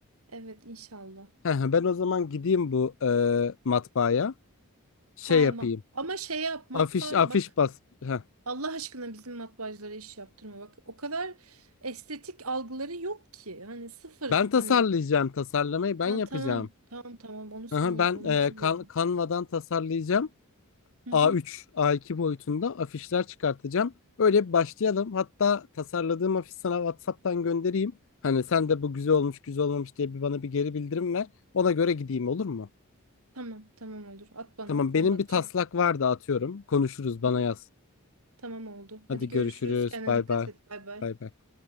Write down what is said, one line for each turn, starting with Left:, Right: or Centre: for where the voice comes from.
Right: Evet inşallah.
Left: <laughs> Ben o zaman gideyim bu e, matbaaya. Şey
Right: He,
Left: yapayım.
Right: ma- ama şey yap matbaa
Left: Afiş afiş
Right: bak
Left: bas. Heh.
Right: Allah aşkına bizim matbaacılara iş yaptırma bak. O kadar estetik algıları yok ki. Hani sıfır
Left: Ben tasarlayacağım
Right: hani
Left: tasarlamayı ben
Right: ha,
Left: yapacağım.
Right: tamam tamam tamam onu sen
Left: Aha,
Right: yap
Left: ben
Right: onun
Left: e,
Right: için dedim.
Left: Can- Canva'dan tasarlayacağım.
Right: Hı hı,
Left: A3, A2 boyutunda afişler çıkartacağım. Öyle bir başlayalım. Hatta tasarladığım afiş sana WhatsApp'tan göndereyim. Hani sen de bu güzel olmuş, güzel olmamış diye bir bana bir geri bildirim ver. Ona göre gideyim olur mu?
Right: tamam tamam olur at bana
Left: Tamam, benim
Right: ben bakacağım.
Left: bir taslak vardı atıyorum. Konuşuruz, bana
Right: Hı hı,
Left: yaz.
Right: Tamam oldu.
Left: Hadi
Right: Hadi görüşürüz.
Left: görüşürüz.
Right: Kendine
Left: Bay
Right: dikkat
Left: bay.
Right: et. Bay bay.
Left: Bay bay.